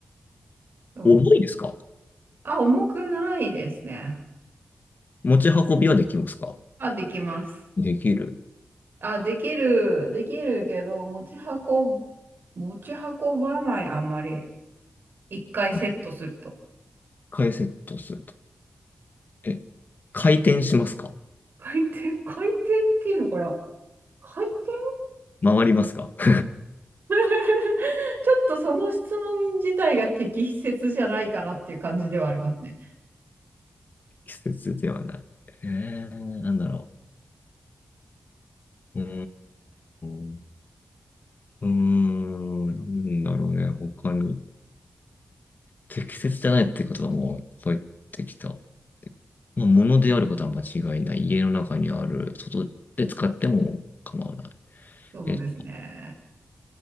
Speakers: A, on the right; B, on the left.
A: そう。
B: 重いですか
A: あ、重くないですね。
B: 持ち運びはできますか
A: あ、できます。
B: できる。
A: あ、できる、できるけど、持ち運ぶ、持ち運ばない、あんまり。一回セットすると。
B: 一回セットすると。え、回転しますか
A: 回転、回転っていうのかな回転
B: 回りますか <laughs>
A: <laughs> ちょっとその質問自体が適切じゃないかなっていう感じではありますね。
B: 季節ではない。えー、なんだろう。うーん。うーん、なんだろうね、他に。適切じゃないってことはもう入ってきた。まあ、物であることは間違いない。家の中にある。外で使っても構わない。
A: そうですね。
B: え、